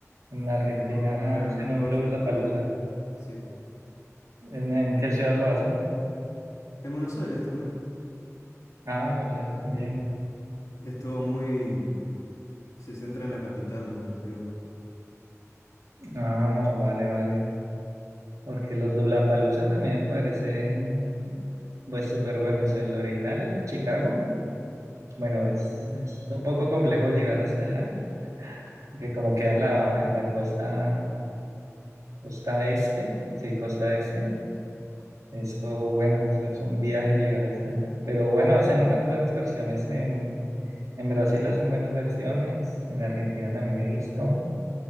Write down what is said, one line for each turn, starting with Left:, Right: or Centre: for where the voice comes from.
Right: en Argentina
Left: mejor, claro,
Right: hacen
Left: mejor
Right: un Lollapalooza.
Left: flujo de gente. Sí,
Right: ¿En, en qué ciudad lo hacen?
Left: en Buenos Aires también.
Right: Ah, en Buenos Aires también.
Left: Es todo muy, se centra en la capital nomás, digamos.
Right: Ah, vale, vale. Porque los Lollapalooza también parecen pues súper buenos. El original, el de Chicago, bueno,
Left: Ujú.
Right: es, es un poco complejo llegar hasta allá, porque como queda en la, en la costa, costa este, sí, costa este, eso, bueno, eso es un viaje llegar hasta allá. Pero bueno, hacen
Left: <laughs>
Right: unas buenas versiones en, en Brasil hacen buenas versiones, en Argentina también he visto.